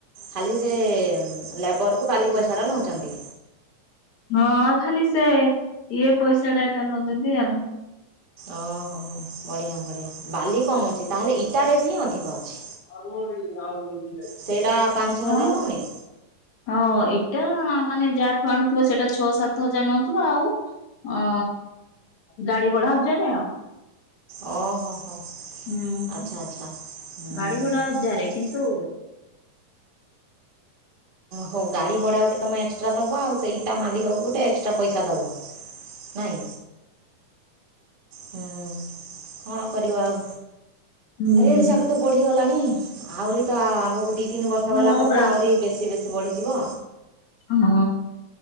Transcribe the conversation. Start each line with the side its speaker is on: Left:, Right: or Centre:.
Right: ଖାଲି ସେ ଲେବରକୁ ବାଲି ପଇସାଟା ନଉଛନ୍ତି
Left: ହଁ ଖାଲି ସେ ଇଏ ପଇସାଟା ଏକା ନଉଛନ୍ତି ଆଉ
Right: ଓହୋ ହୋ ବଢ଼ିଆ ବଢ଼ିଆ ବାଲି କମ ଅଛି ତାହେଲେ ଇଟା ରେଟ୍ ହିଁ ଅଧିକ ଅଛି।
Left: <unintelligible>
Right: ସେଇଟା ପାଞ୍ଚ
Left: ହଁ
Right: ହଜାର ନଉନି
Left: ହଁ ଏଇଟା ମାନେ ଯାହାଠୁ ଆଣୁଥିବ ସେଇଟା ଛଅ ସାତ ହଜାର ନଉଥିବ ଆଉ ଅ ଗାଡି ବଡା ହଜାର ଆଉ
Right: ଓ ହୋ ହୋ
Left: ହୁଁ
Right: ଆଚ୍ଛା ଆଚ୍ଛା ହୁଁ,
Left: ଗାଡି ଭଡ଼ା ହଜାରେ
Right: ଠିକ୍ ଠିକ୍
Left: କିନ୍ତୁ
Right: ହଉ ଗାଡ଼ି ଭଡ଼ା ଗୋଟେ ତୁମେ ଏକ୍ସଟ୍ରା ଦେବ ଆଉ ସେ ଇଟା ମାଲିକକୁ ଗୋଟେ ଏକ୍ସଟ୍ରା ପଇସା ଦେବ। ନାଇଁ ହୁଁ କଣ କରିବ ଆଉ
Left: ହୁଁ।
Right: ରେଡ ଯାକ ତ ବଢିଗଲାଣି ଆହୁରି ତ ଆଗକୁ ଦି ତିନି ବର୍ଷ
Left: ହଁ
Right: ଗଲା ପରେ
Left: ପରା।
Right: ତ ଆହୁରି ବେ ବେଶୀ ବେଶୀ ବଢ଼ିଯିବ
Left: ହଁ